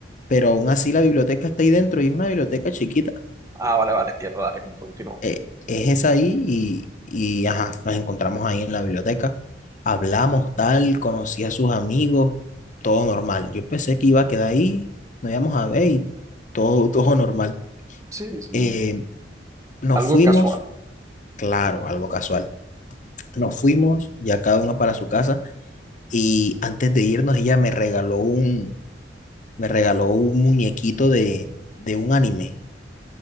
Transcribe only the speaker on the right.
Ah, vale, vale, entiendo, dale, continúa.
Sí, sí.
Algo
casual.